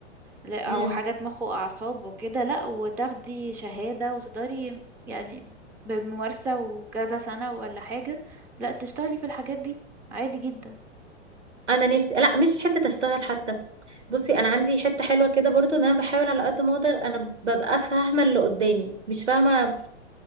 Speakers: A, in the centre; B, on the right.
A: لا،
B: امم
A: أو حاجات مخ وأعصاب وكده لأ وتاخدي شهادة وتقدري يعني بالممارسة وكذا سنة ولا حاجة لأ تشتغلي في الحاجات دي عادي جدا
B: انا نفسي لا مش حتة اشتغل حتى بصي انا عندي حتة حلوة كده برضو ان انا بحاول على قد ما اقدر انا ببقى فاهمة اللي قدامي مش فاهمة